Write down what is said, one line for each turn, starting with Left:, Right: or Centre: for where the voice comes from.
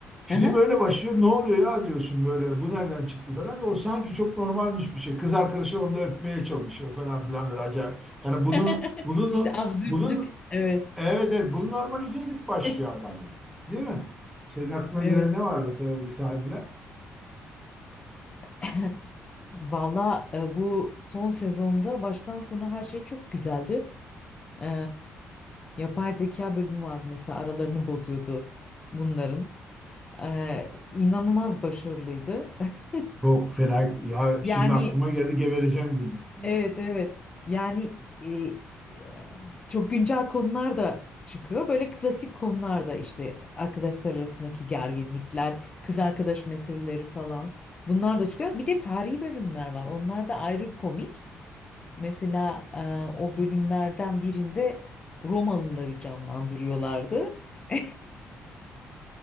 Centre: Film
Left: Aha.
Centre: öyle başlıyor. Ne oluyor ya diyorsun böyle. Bu nereden çıktı falan. O sanki çok normalmiş bir şey. Kız arkadaşı onu da öpmeye çalışıyor falan filan böyle acayip. Yani bunu
Left: <laughs>
Centre: bunun
Left: İşte absürtlük.
Centre: bunun
Left: Evet.
Centre: evet evet bunu normalize edip başlıyor
Left: <laughs>
Centre: adam yani. Değil mi? Senin aklına
Left: Evet.
Centre: gelen ne var mesela bir sahneler?
Left: <laughs> Valla e, bu son sezonda baştan sona her şey çok güzeldi. E, yapay zeka bölümü vardı mesela aralarını bozuyordu bunların. E, inanılmaz başarılıydı. <laughs>
Centre: Çok fena. Ya
Left: Yani
Centre: şimdi aklıma geldi gebereceğim gülmekten.
Left: Evet evet. Yani e, e, çok güncel konular da çıkıyor. Böyle klasik konular da işte arkadaşlar arasındaki gerginlikler, kız arkadaş meseleleri falan. Bunlar da çıkıyor. Bir de tarihi bölümler var. Onlar da ayrı komik. Mesela e, o bölümlerden birinde Romalıları canlandırıyorlardı. <laughs>